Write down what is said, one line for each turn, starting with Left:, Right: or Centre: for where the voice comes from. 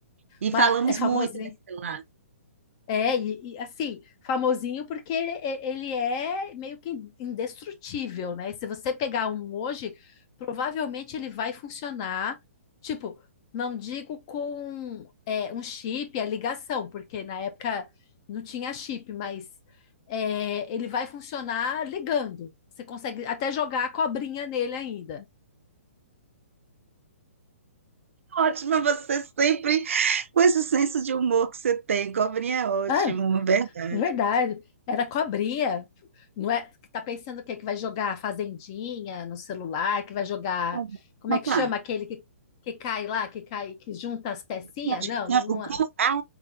Right: E
Left: Mas
Right: falamos
Left: é famoso,
Right: muito nesse celular.
Left: É, e, e, assim, famosinho porque ele, e- ele é meio que indestrutível, né? Se você pegar um hoje, provavelmente ele vai funcionar, tipo, não digo com é, um chip, a ligação, porque na época não tinha chip, mas é, ele vai funcionar ligando. Você consegue até jogar a cobrinha nele ainda.
Right: Ótimo, você sempre com esse senso de humor que você tem, cobrinha é ótimo,
Left: É,
Right: verdade.
Left: Verdade, era cobrinha, não é? que Tá pensando o quê? Que vai jogar fazendinha no celular, que vai jogar,
Right: Então
Left: como é que
Right: tá.
Left: chama aquele que, que cai lá, que cai, que junta as pecinhas?
Right: Candy,
Left: Não, não, não
Right: O Can-
Left: é.
Right: ah,